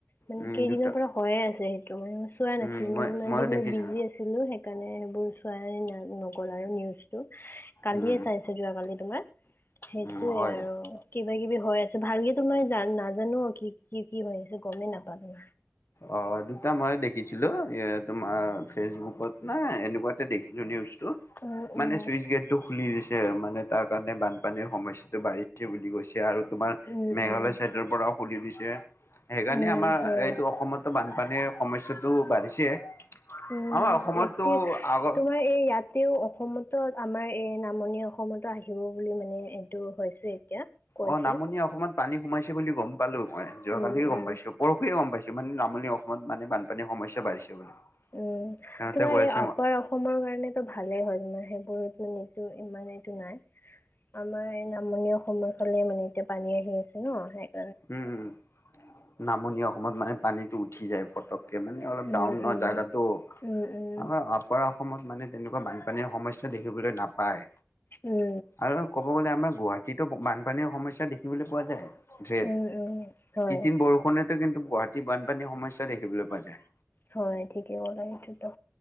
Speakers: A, on the left; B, on the left.
A: মানে
B: উম
A: কেইদিনৰ
B: দুটা
A: পৰা হয়য়ে আছে সেইটো মানে মই চোৱা
B: উম
A: নাছিলো মানে
B: মই
A: ইমান দিন
B: দেখিছো
A: মই বিজি আছিলোঁ। সেইকাৰণে সেইবোৰ চোৱাই নগ'ল আৰু নিউজটো। কালিয়ে
B: উম
A: চাইছো যোৱ কালি তোমাৰ। সেইটোয়ে
B: উম হয়
A: আৰু কিবা কিবি হৈ আছো ভালক তো মই জান নাজ জানো কি, কি, কি হৈ আছে গমেই নাপালোঁ।
B: অ', দুটা মই দেখিছিলো এ তোমাৰ ফেচবুকত না এনেকুৱাতে দেখিলো নিউজ।
A: উম উম
B: মানে চুইচ গেট টো খুলি দিছে। যে মানে তাৰ কাৰণে বানপানীৰ সমস্যাটো বাঢ়িছে বুলি কৈছে আৰু। তোমাৰ
A: উম
B: মেঘালয়
A: উম
B: চাইডৰ পৰাও খুলি দিছে সেইকাৰণে
A: উম
B: আমাৰ
A: হয়।
B: এই বানপানীৰ সমস্যাটো বাঢ়িছে।
A: উম,
B: আমাৰ অসমতো
A: এতি
B: আগৰ
A: তোমাৰ এই ইয়াতেও অসমতো আমাৰ এ নামনি অসমতো আহিব বুলি মানে এইটো হৈছে এতিয়া। কৈছে।
B: অ', নামনি অসমত পানী সোমাইছে বুলি ক'ম পালোঁ যোৱাকালিে
A: উম উম।
B: গম পাইো পৰহুৱয়ে গম পাইছোঁ মানে নামনি অসমত মানে বানপানীৰ সমস্যা বাঢ়িছে বুলি।
A: উম,
B: সিহঁতে
A: তোমাৰ
B: কৈ
A: এই
B: আছে
A: আপাৰ অসমৰ কাৰণ তো ভালে হয় তোমাৰ সেইবোৰত নিছো ইমান। মে এইটো নাই আমাৰ এই নামনি অসমৰ ফালে মানে এতিয়া পানী আহি আছে ন স
B: উম, নামনি অসমত মানে পানীতো উঠি যায় ফটক ত মানে অলপ
A: উম
B: ডাউনাৰ
A: উম
B: জেগাতো
A: উম উম
B: আমাৰ আপাৰ অসমত মানে তেনেকুৱা বানপানীৰ সমইছা দেখিবলৈ নাপায়
A: উম
B: আৰু ক'ব গলে। আমাৰ গুৱাহাটীতো বানপানীৰ সমস্্যা দেখিবলৈ পোৱা যায় েদ
A: উম উম হয়।
B: কদিন বৰষুণে। কিন্তু গুৱাহাটী বানপানীৰ সমস্যা দেখিবলৈ পোৱা যায়।
A: হয় ঠিকেই কলে এইটোতো।